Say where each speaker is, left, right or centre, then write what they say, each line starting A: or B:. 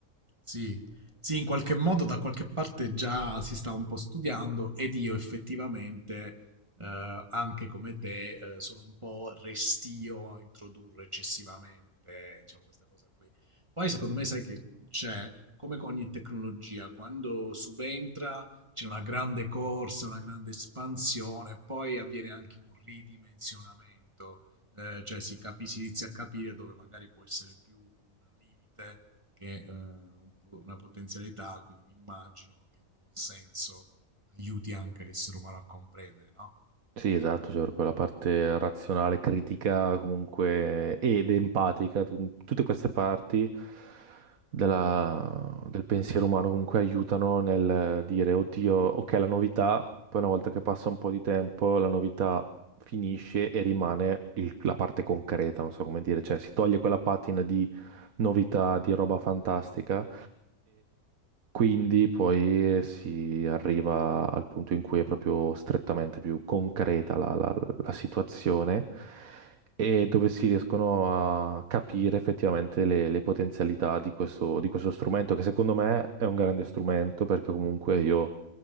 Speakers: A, on the right; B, on the right.
A: Sì. Sì, in qualche modo da qualche parte già si sta un po' studiando ed io effettivamente, eh, anche come te, eh, sono un po' restio a introdurre eccessivamente, diciamo, questa cosa qui. Poi secondo me sai che c'è, come con ogni tecnologia, quando subentra c'è una grande corsa, una grande espansione, poi avviene anche un ridimensionamento, eh, cioè si, capi- si inizia a capire dove magari può essere più un limite che è eh, un po' una potenzialità, quindi mi immagino che il buon senso aiuti anche l'essere umano a comprendere, no?
B: Sì, esatto, cioè per quella parte razionale, critica comunque ed empatica, tu- tutte queste parti della- del pensiero umano comunque aiutano nel dire, oddio, ok, la novità, poi una volta che passa un po' di tempo, la novità finisce e rimane il- la parte concreta, non so come dire, cioè si toglie quella patina di novità, di roba fantastica quindi poi si arriva al punto in cui è proprio strettamente più concreta la, la- la situazione e dove si riescono a capire effettivamente le, le potenzialità di questo, di questo strumento, che secondo me è un grande strumento perché comunque io,